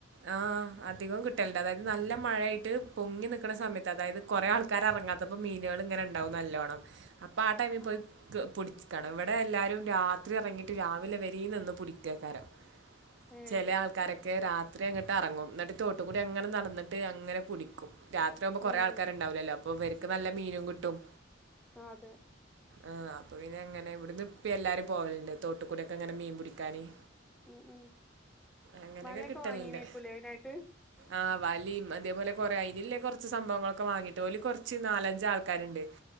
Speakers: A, on the right; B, in the centre.
A: ആഹ് അധികവും കിട്ടൽണ്ട് അതായത് നല്ല- മഴേയിട്ട് പൊങ്ങി നിക്കണ സമയത്ത് അതായത് കൊറേ ആൾക്കാരെറങ്ങാത്തപ്പോ മീനുകള്ങ്ങനെ ഇണ്ടാവും നല്ലോണം- അപ്പാആ ടൈമീ
B: ആഹ് ആഹ്
A: പോയി ക് പുടിച്ക്കണം ഇവിടെ എല്ലാരും രാത് ത്രി എറങ്ങീട്ട് രാവിലെ വരേ നിന്ന് പുടിക്കേക്കാരം-
B: ഏഹ്
A: ചെലയാൾക്കാരൊക്കെ രാത്രി അങ്ങ്ട്ടെറങ്ങും ന്നട്ട് തോട്ടു കൂടിയങ്ങനെ നടന്നട്ട് ട്ട് അങ്ങനെ പുടിക്കും രാത്രി ആവുമ്പോ കൊറേ
B: ഏഹ്
A: ആൾക്കാര്ണ്ടാവൂലല്ലോ അപ്പൊ ഇവര്ക്ക് നല്ല- മീനും കിട്ടും
B: ആഹ് അതെ
A: ആഹ്- പിന്നെ എങ്ങനെ ഇവിട്ന്ന് ഉപ്പെയെല്ലാരും പോകല്ണ്ട് തോട്ട്ക്കൂടെയൊക്കങ്ങനെ മീൻ പുടിക്കാന്-
B: ഉം ഉം
A: അങ്ങനെക്കെ
B: വലയൊക്കെ
A: കിട്ടല്ണ്ട്
B: വാങ്ങീനേക്കൂലേ അയിനായിട്ട്
A: ആഹ് വലീം അതേപോലെ കൊറെ അയിനില്ലെ കൊറച്ച് സംഭവങ്ങളൊക്കെ വാങ്ങീട്ടോല് കൊറച്ച് നാലഞ്ചാൾക്കാര്ണ്ട്-